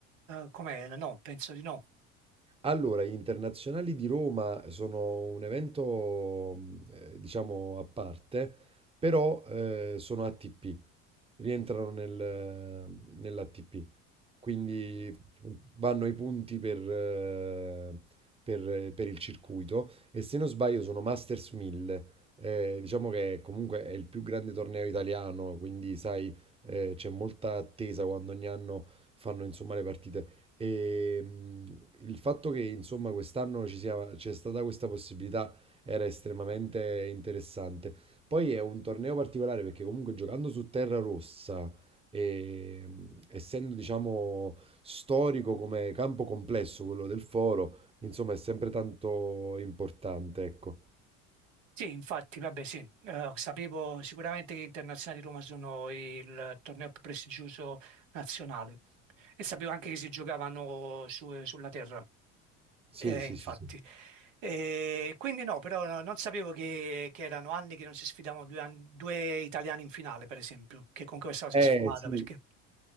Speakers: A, on the right; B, on the right.
A: com'è? No, penso di no.
B: Allora, gli internazionali di Roma sono un evento, mh, eh, diciamo, a parte, però eh, sono ATP. rientrano nel, nell'ATP. Quindi vanno i punti per, eh, per- per il circuito e se non sbaglio sono Masters 1000. Eh, diciamo che comunque è il più grande torneo italiano, quindi sai, eh, c'è molta attesa quando ogni anno fanno insomma le partite. E, mh, il fatto che insomma quest'anno ci sia, c'è stata questa possibilità era estremamente interessante. Poi è un torneo particolare perché comunque giocando su terra rossa, e, mh, essendo diciamo storico come campo complesso quello del Foro, insomma è sempre tanto importante, ecco.
A: Sì, infatti, vabbè, sì, Eh, sapevo sicuramente che gli internazionali di Roma sono il torneo più prestigioso nazionale e sapevo anche che si giocavano su- sulla terra,
B: Sì,
A: eh,
B: sì,
A: infatti.
B: sì, sì.
A: E quindi no, però no- non sapevo che, che erano anni che non si sfidavano due, an- due italiani in finale, per esempio, che con questa cosa
B: Eh,
A: si è sfumata
B: sì.
A: perché,